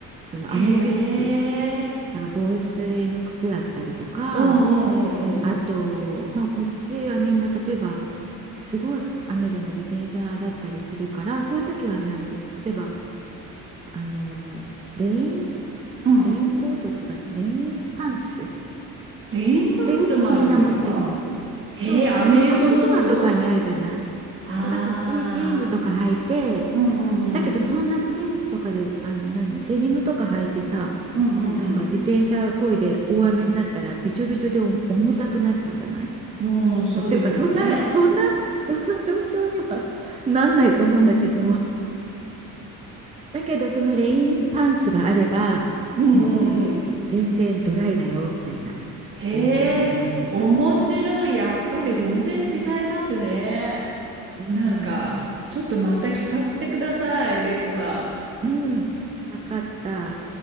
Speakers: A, on the right; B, on the right.
A: その雨グッズ。
B: へえ。
A: だから防水の靴だったりとか。
B: うんうんうん
A: あと、まあ、こっちはみんな例えばすごい雨でも自転車だったりするからそういう時はねあの例えばあのレイン、
B: うん。うん。
A: レインコートとかレインパンツっ
B: レインパンツもあるんですか
A: ていうのもみんな持ってるの。
B: へえ、
A: そう、それもアウトドアとかにあるじゃない。
B: 雨用のズボンあ
A: そうだから普通にジーンズとか履いて
B: あー。うんうんうん。
A: だけどそんなジーンズとかであの何デニムとか履いてさ
B: うんうん
A: なんか自転車漕いで大雨になったらびちょびちょでお重たくなっちゃうじゃないも
B: うん。うん、そうですよね。
A: うっていうかそんな <laughs> そんなそんな状況には <laughs> なんないと思うんだけど <laughs> だけどそのレインパンツがあればもう
B: うんうんうん。
A: 全然ドライだよみたいな
B: へえ、
A: 家の中に入れば
B: 面白い。やっぱり全然違いますね。
A: うん
B: なんか、ちょっとまた聞かせてください、れいこさん。
A: うん分かった